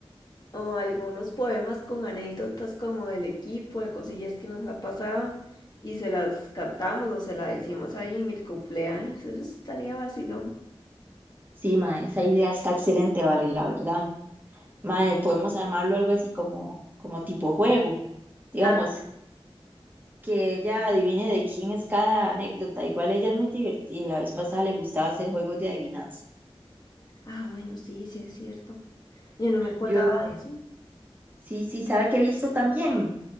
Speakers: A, on the left; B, on the right.
A: o algunos poemas con anécdotas como del equipo, de cosillas que nos ha pasado y se las cantamos o se las decimos ahí en el cumpleaños. Eso estaría vacilón.
B: Sí, mae, esa idea está excelente, vale, la verdad. Mae, podemos armarlo algo así como, como tipo juego, digamos,
A: Ah,
B: que ella adivine de quién es cada anécdota. Igual ella es muy divertida y la vez pasada le gustaba hacer juegos de adivinanza.
A: ah, bueno, sí, sí es cierto. Yo no me acordaba
B: Yo
A: de eso.
B: Sí, sí, sabe que he visto también